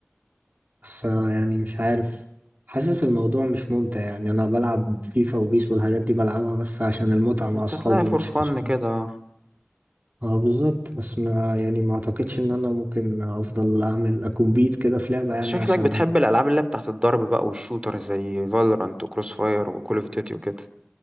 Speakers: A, on the right; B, on the right.
A: بس يعني مش عارف حاسس الموضوع مش ممتع يعني انا بلعب فيفا وبيس والحاجات دي بلعبها بس عشان المتعة مع
B: انت
A: اصحابي
B: هتلاقي فور
A: مش
B: فن
A: عشان
B: كده
A: اه بالظبط بس ما يعني ما اعتقدش ان انا ممكن افضل اعمل اكمبيت كده في لعبة
B: انت
A: يعني
B: شكلك
A: عشان
B: بتحب الالعاب اللي هي بتاعت الضرب بقى والشوتر زي فالورانت وكروس فاير وكول اوف ديوتي وكده